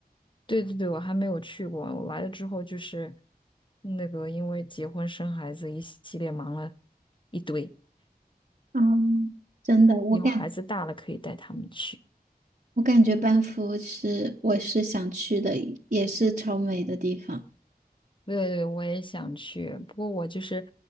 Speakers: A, on the left (about 30°); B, on the right (about 50°).
A: 对对对，我还没有去过。我来了之后就是那个，因为结婚生孩子一系列忙了一堆，
B: 嗯，真的，我感
A: 以后孩子大了可以带他们去。
B: 我感觉班夫是我是想去的，也是超美的地方。
A: 对对，我也想去，不过我就是